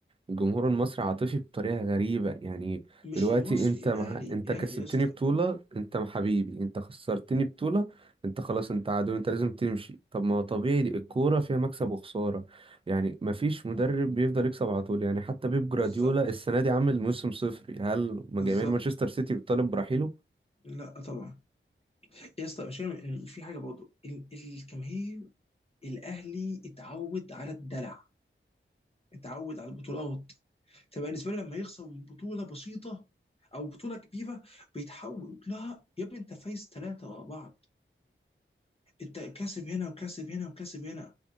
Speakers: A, on the right (about 25°); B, on the left (about 30°).
A: الجمهور المصري عاطفي بطريقة غريبة يعني
B: مش
A: دلوقتي
B: المصري
A: انت
B: الاهلي
A: مع... انت
B: الاهلي
A: كسبتني
B: يا اسطى
A: بطولة انت حبيبي انت خسرتني بطولة انت خلاص انت عدو انت لازم تمشي طب ما هو طبيعي الكورة فيها مكسب وخسارة يعني مفيش مدرب بيفضل يكسب على طول يعني حتى بيب
B: بالظبط
A: جراديولا السنة دي عامل موسم صفري هل جماهير
B: بالظبط
A: مانشستر سيتي بتطالب برحيله؟
B: لا طبعا يا اسطى مش فاهم في حاجه برضه ال- الجماهير الاهلي اتعود على الدلع اتعود على البطولات فبالنسبه له لما يخسر من بطوله بسيطه او بطوله كبيره بيتحول لا يا ابني انت فايز ثلاثه ورا بعض انت كاسب هنا وكاسب هنا وكاسب هنا